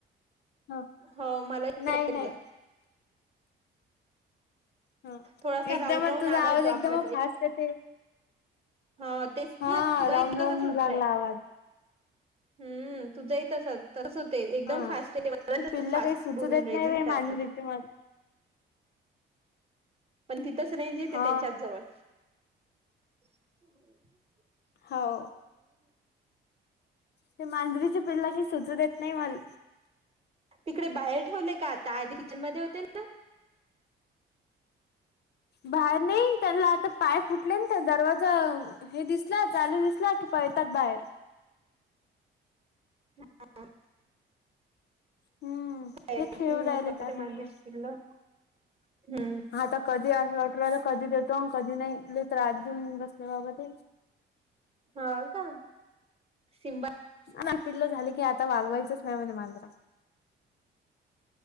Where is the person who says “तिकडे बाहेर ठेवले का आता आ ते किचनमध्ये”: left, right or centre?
Right